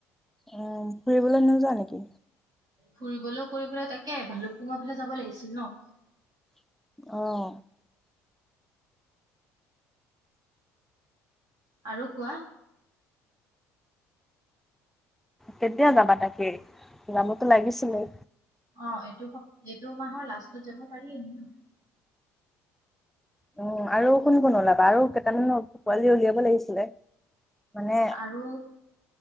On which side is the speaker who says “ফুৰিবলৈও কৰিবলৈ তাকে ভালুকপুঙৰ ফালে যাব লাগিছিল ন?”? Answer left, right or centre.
Right